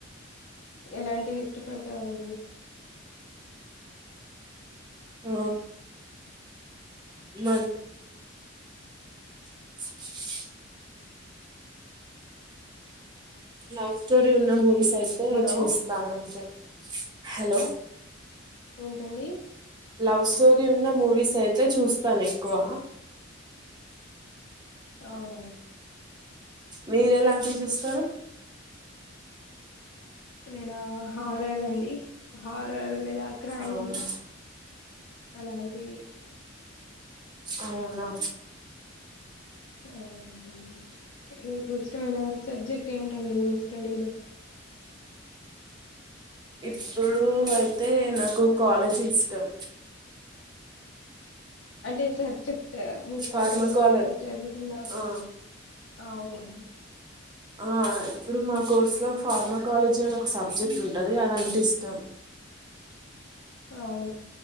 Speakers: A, on the left (about 80°); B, on the right (about 20°).
A: ఎలాంటివి ఇష్టపడతారుండి
B: ఆ మ వో లవ్ స్టోర ఉన్న బోవి అయితే
A: హలో
B: చూస్తాను అంతే హలో
A: ఉంటండి
B: వ్ స్టోరి ఉన్న మూవీస్ అయితే చూస్తాను ఎక్కువ
A: అవునా
B: మీరు ఎలాంటివి చూస్తారు
A: అ నేను హారర్ అండి హారర్ లేదా క్రైమ్
B: అవును
A: అలాంటివి
B: అవునా
A: అవునండి మీకు ఇష్టమైన సబ్జెక్ట్ ఏంటండి మీ స్టడీలో
B: ఇప్పుడు అయితే నాకు కాలేజ్ అం
A: అంటే స మీ స్టడీలో
B: ఫార్మకాలజీ
A: ఇప్పుడు చదువుతున్న కోర్స్
B: ఆ
A: అవునండి
B: ఆ ఇప్పుడు మా కోర్సు లో ఫార్మాకాలజీ అని ఒక సబ్జెక్ట్ ఉంటది అదంటే ఇష్టం
A: అవును